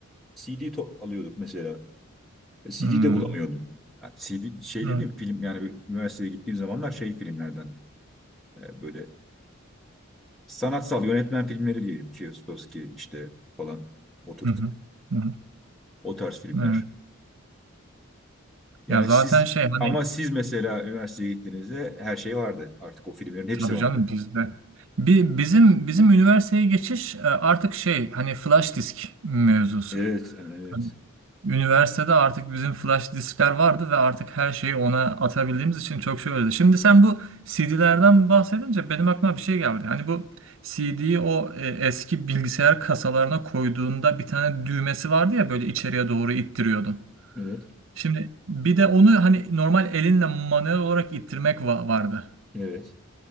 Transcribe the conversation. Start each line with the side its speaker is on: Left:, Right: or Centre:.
Centre: CD to- alıyorduk mesela. Ve CD
Right: hı hı
Centre: de bulamıyordum.
Right: hı
Centre: Yani CD şey
Right: Evet,
Centre: dediğim film yani bir üniversiteye gittiğim zamanlar şey filmlerden e, böyle sanatsal yönetmen filmleri diyelim ki Kieslowski işte falan o tür
Right: hı hı hı, hı.
Centre: O tarz filmler.
Right: Evet.
Centre: Yani
Right: Ya zaten
Centre: siz
Right: şey hani
Centre: ama siz mesela üniversiteye gittiğinizde her şey vardı. Artık o filmlerin hepsi
Right: tabii
Centre: vardı.
Right: canım bizde Bi- bizim bizim üniversiteye geçiş e, artık şey hani flash disk mevzusu.
Centre: Evet, evet,
Right: Hani üniversitede artık bizim flash diskler vardı ve artık her şeyi ona atabildiğimiz için çok şey öyleydi. Şimdi sen bu CD'lerden bahsedince benim aklıma bir şey geldi. Hani bu CD'yi o e, eski bilgisayar kasalarına koyduğunda bir tane düğmesi vardı ya böyle içeriye doğru ittiriyordun.
Centre: evet,
Right: Şimdi bir de onu hani normal elinle manuel olarak ittirmek va- vardı.
Centre: evet.